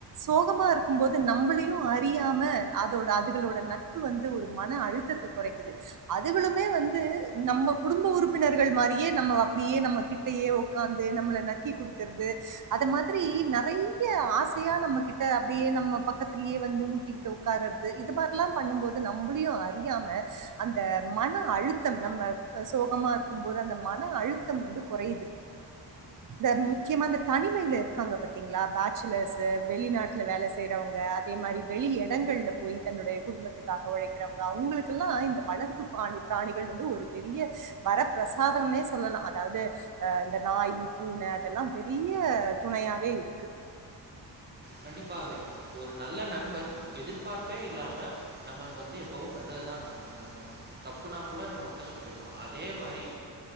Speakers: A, on the right; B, on the right.
A: சோகமா இருக்கும் போது நம்மளையு அறி றியாம அதோட அதுகளோட நட்பு வந்து ஒரு மன அழுத்தத்த கொறைக்குது அதுகளுமே வந்து நம்ம குடும்ப உறுப்பினர்கள் மாரியே நம்ம அப்படியே நம்ம கிட் கிட்டயே ஒக்காந்து நம்மள நக்கி குடுக்கறது அத மாரி நறைய ஆசையா நம்ம கிட் ட அப்படியே நம்ம பக்கத்திலேயே வந்து மு ட்டிகிட்டு உட்கார்றது இது மாரில்லா பண்ணும் போது நம்மளையு அறியாம அந்த மன அழுத்தம் நம்ம சோகமா இருக்கும்போது அந்த மன அழுத்தம் வந்து குறையுது இந்த முக்கியமா அந்த தனிமையில இருக்காங்க பாத்தீங்களா பேச்சலர்ஸ் வெளிநாட்டுல வேல செய்யறவங்க அதே மாரி வெளி எடங்கள்ல போயி தன்னுடைய குடும்பத்துக்காக ஒழைக்கிறவங்க அவங்களுக்கெல்லா இந்த வளர்ப்பு பாணி பிராணிகள் வந்து ஒரு பெரிய வரப்பிரசாதம்னே சொல்லலா அதாது அ இந்த நாயி பூன அதெல்லா பெரிய துணையாவே இருக்கு
B: கண்டிப்பாவே ஒரு நல்ல நண்பன் எதிர்பார்ப்பே இல்லாம நம்மளுக்கு வந்து எப்பவு நல்லதுதா அத நப்பனா தப்புனா கூட நம்மகிட்ட சொல்லிருவா அதே மாரி